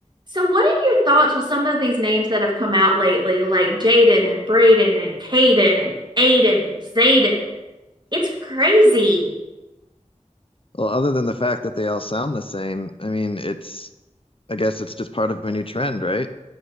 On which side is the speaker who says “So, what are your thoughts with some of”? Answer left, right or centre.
Right